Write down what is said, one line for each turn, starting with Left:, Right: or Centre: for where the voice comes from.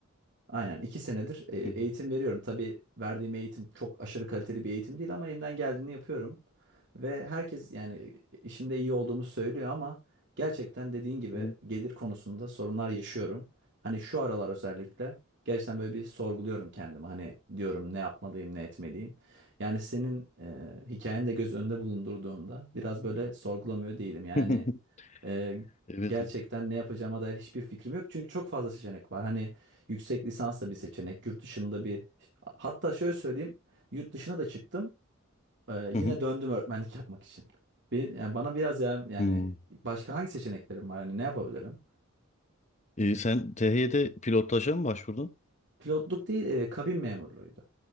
Right: Aynen iki senedir e, eğitim
Left: Hı hı.
Right: veriyorum. Tabii verdiğim eğitim çok aşırı kaliteli bir eğitim değil ama elimden geldiğini yapıyorum. Ve herkes yani işimde iyi olduğumu söylüyor ama gerçekten dediğin gibi
Left: Hı hı.
Right: gelir konusunda sorunlar yaşıyorum. Hani şu aralar özellikle gerçekten böyle bir sorguluyorum kendimi. Hani diyorum ne yapmalıyım ne etmeliyim. Yani senin e, hikayeni de göz önünde bulundurduğumda biraz böyle sorgulamıyor değilim. Yani
Left: <laughs>
Right: ee,
Left: Evet.
Right: gerçekten ne yapacağıma dair hiçbir fikrim yok. Çünkü çok fazla seçenek var. Hani yüksek lisans da bir seçenek, yurt dışında bir... Hatta şöyle söyleyeyim, yurt dışına da çıktım. Ee, yine
Left: Hı hı.
Right: döndüm öğretmenlik yapmak için. Benim, yani bana biraz ya yani
Left: Hı.
Right: başka hangi seçeneklerim var? Hani ne yapabilirim?
Left: Ee, sen THY'de pilotaja mı başvurdun?
Right: Pilotluk değil, e, kabin memurluğuydu.